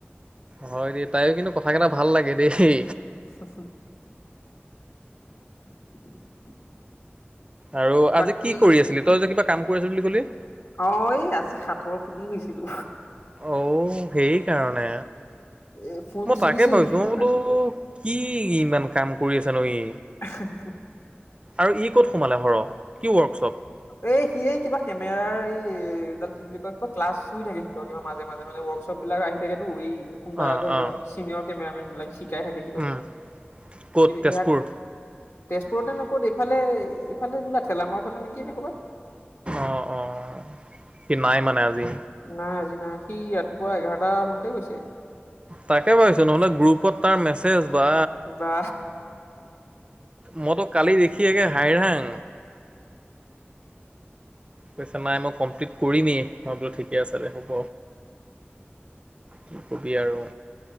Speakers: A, on the right (about 25°); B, on the left (about 75°).
A: হয় দেই তাইও কিন্তু কথা কেইটা ভাল লাগে দেই।
B: <unintelligible> <inaudible>
A: আৰু আজি
B: বাকী
A: কি কৰি আছিলি তই যে কিবা কাম কৰি আছিল বুলি কলি।
B: অ এই আজি সাঠৰ সুধি হুইছিলো।
A: অঔ সেই কাৰণে।
B: এ ফোন
A: মই
B: চুইছোহে
A: তাকে ভাবিছো
B: অকমান
A: ম বোলো
B: আগত
A: কি ইমান কাম কৰি আছে ন ই।
B: <unintelligible>
A: আৰু ই ক'ত সোমালে হৰ কি ৱৰ্কশ্বপ?
B: এ সি কিবা কেমেৰাৰ এই এডাল কি বুলি কয় কিবা ক্লাছ শুই থাকে সিহতৰ কিবা মাজে মাজে মানে। লক চপ বিলাক আহি থাকে টো। কোনোবা
A: অঁ
B: ধৰিলে
A: অঁ
B: ছিনিয়ৰ কেমেৰামেন। বিলাক শিকাই থাকে কিবা
A: উম
B: কিবি
A: ক'ত তেজপুৰ
B: এইয়াক তেজপুৰতে নে ক'ত এইফালে এইফালে বোলা ঠেলামাৰ ফালে নেকি ন ক'ৰবাত
A: অ অ সি নাই মানে আজি।
B: নাই আজি সি ৰাতিপুৱা এঘাৰটা মানতে গৈছে?
A: তাকে ভাবিছো নহ'লে গ্ৰুপত তাৰ মেছেজ। বা
B: বা
A: মইতো কালি দেখিেগে হাই হাং। কৈছা নাই মই কমপ্লিট কৰিমেই মই বোলো ঠিকে আছে দে হ'ব। কি কবি আৰু